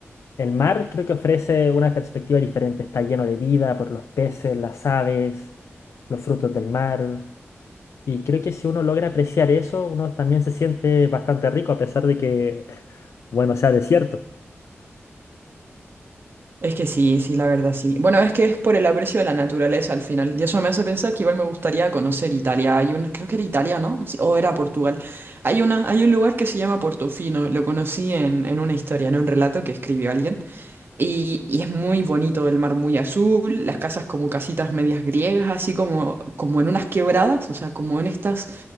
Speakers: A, on the left; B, on the right.
A: el mar creo que ofrece una perspectiva diferente, está lleno de vida por los peces, las aves, los frutos del mar. Y creo que si uno logra apreciar eso, uno también se siente bastante rico a pesar de que, <laughs> bueno, sea desierto.
B: Es que sí, sí, la verdad sí. Bueno, es que es por el aprecio de la naturaleza al final. Y eso me hace pensar que igual me gustaría conocer Italia. Hay una, creo que era Italia, ¿no? Sí, o era Portugal. Hay una, hay un lugar que se llama Portofino. Lo conocí en, en una historia, en un relato que escribió alguien. Y, y es muy bonito el mar muy azul, las casas como casitas medias griegas, así como, como en unas quebradas, o sea, como en estas,